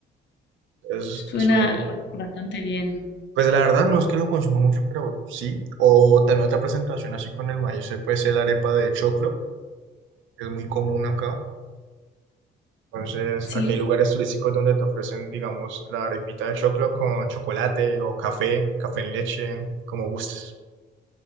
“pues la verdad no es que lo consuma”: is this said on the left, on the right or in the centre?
Right